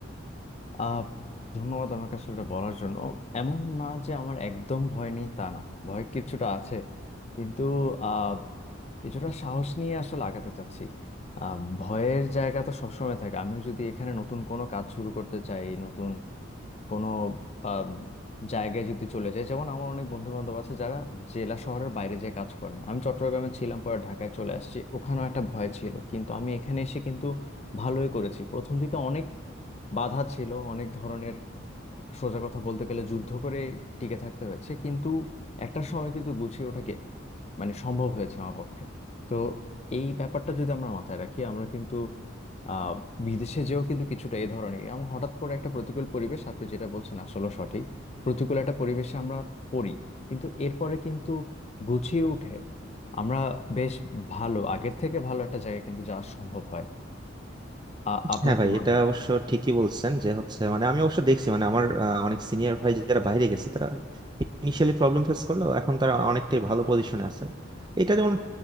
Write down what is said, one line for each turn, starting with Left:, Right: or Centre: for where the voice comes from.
Left: আহ ধন্যবাদ আমাকে আসলে এটা বলার জন্য এমন না যে আমার একদম ভয় নেই তা না ভয় কিছুটা আছে কিন্তু আহ কিছুটা সাহস নিয়ে আসলে আগাতে চাচ্ছি আহ ভয়ের জায়গা তো সবসময় থাকে আমি যদি এখানে নতুন কোনো কাজ শুরু করতে চাই নতুন কোনো আহ, জায়গায় যদি চলে যায় যেমন আমার অনেক বন্ধু বান্ধব আছে যারা জেলা শহরের বাইরে যেয়ে কাজ করেন আমি চট্টগ্রামে ছিলাম পরে ঢাকায় চলে আসছি ওখানেও একটা ভয় ছিল কিন্তু আমি এখানে এসে কিন্তু ভালোই করেছি প্রথম দিকে অনেক বাধা ছিল অনেক ধরনের সোজা কথা বলতে গেলে যুদ্ধ করে টিকে থাকতে হয়েছে কিন্তু একটা সময় কিন্তু গুছিয়ে ওঠাকে মানে সম্ভব হয়েছে আমার পক্ষে তো এই ব্যাপারটা যদি আমরা মাথায় রাখি আমরা কিন্তু আহ বিদেশে যেও কিন্তু কিছুটা এই ধরনের আমরা হঠাৎ করে একটা প্রতিকূল পরিবেশ আপনি যেটা বলছেন আসলে সঠিক প্রতিকূল একটা পরিবেশে আমরা পড়ি কিন্তু এরপরে কিন্তু গুছিয়ে উঠে আমরা বেশ ভালো আগের থেকে ভালো একটা জায়গায় কিন্তু যাওয়া সম্ভব হয় আ- আপনার
Right: হ্যাঁ
Left: কি
Right: ভাই
Left: মনে
Right: এটা অবশ্য ঠিকই বলছেন যে হচ্ছে মানে আমি অবশ্য দেখছি মানে আমার আহ, অনেক সিনিয়র ভাই যারা বাইরে গেছে তারা ইনিশিয়ালি প্রবলেম ফেস করলো এখন তারা অনেকটাই ভালো পজিশনে আছে এটা যেমন